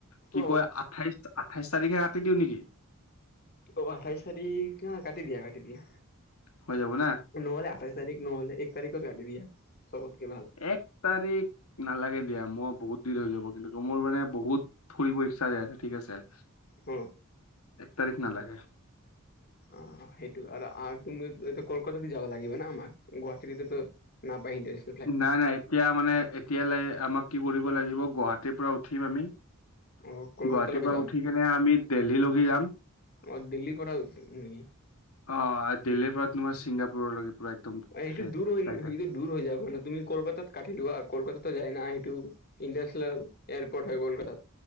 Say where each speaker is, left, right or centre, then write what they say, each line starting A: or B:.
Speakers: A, on the left; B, on the left.
A: কি
B: অ
A: কয় আঠাইছ আঠাইছ তাৰিখে কাটি দিওঁ নেকি।
B: অ আঠাইছ তাৰিখ হা কাটি দিয়া কাটি দিয়া।
A: হয় যাব না।
B: নহ'লে আঠাইছ তাৰিখ নহ'লে এক তাৰিখত কাটি দিয়া চবতকে ভাল।
A: এক তাৰিখ নালাগে দিয়া মোৰ বহুত দেৰি হৈ যাব কিন্তু মোৰ মানে বহুত ফুৰিব ইচ্ছা যাই আছে ঠিক আছে।
B: অঁ'
A: এক তাৰিখ নালাগে।
B: অ সেইটো আৰু তুমি কলকাতাতে যাবা লাগিব ন আমাৰ গুৱাহাটীতে তো। নাপাই ইন্টাৰেষ্ট।
A: নাই নাই এতিয়া মানে এতিয়ালৈ আমাক কি কৰিব লাগিব গুৱাহাটীৰ পৰা উঠিম আমি।
B: অ কলকাতালৈকে
A: গুৱাহাটীৰ পৰা
B: যাম
A: উঠি কেনে আমি দেলহী লগি যাম।
B: অঁ দিল্লীৰ পৰা উঠিম নেকি?
A: অঁ' দিল্লীৰ পৰা তোমাৰ ছিংগাপুৰলৈকে পুৰা একদম
B: সেইটো
A: হেৰিত
B: দূৰ
A: ফ্লাইত।
B: হৈ সেইটো দূৰ হৈ যাব না তুমি কলকাতা কাটি লোৱা কলকাতো যায় না সেইটো। ইণ্টাৰনেশ্যনেল এয়াৰপৰ্ট হয় কলকাতাত